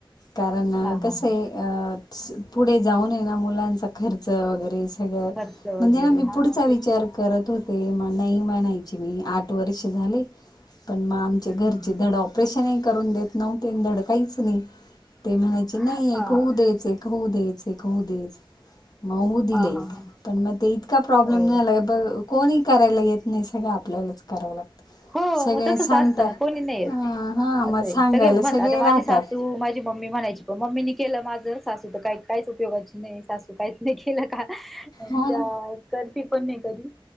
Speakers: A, on the left; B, in the centre.
A: कारण
B: हा हा
A: कसंय
B: हा
A: अ आहे स पुढे जाऊन आहे ना मुलांचा खर्च वगैरे सगळं
B: खर्च वगैरे
A: म्हणजे ना मी
B: हा
A: पुढचा
B: तेच
A: विचार
B: ना
A: करत होते म नाही म्हणायची मी आठ वर्ष झाले कण मग आमच्या
B: हम्म
A: घर चे धड ऑपरेशनही करून देत नव्हते आन धड काहीच नाही. ते म्हणायचे नाहींएक
B: हा हा
A: होऊ दे तेक होऊदेच एक होऊदेच म होऊ दिले
B: हा
A: एक
B: हा
A: पण म ते इतका प्रॉब्लेम
B: हो
A: झालाय बघ कोणी करायला येत नाही सगळं आपल्यालाच करावं लागतं.
B: हो
A: सगळे
B: मग तसंच
A: सांगता
B: असतं ना कोणी नाही येत
A: ह हा मग
B: असंय
A: सांगायला
B: सगळे म्हणतात आता माझी
A: राहतात
B: सासू मा माझी मम्मी म्हणायची पण मम्मीनी केलं माझं सासू तर काही काहीच उपयोगाची नाही सासू काहीच नाही केलं का आणि
A: हो
B: त्या
A: ना
B: करती पण नाही कधी.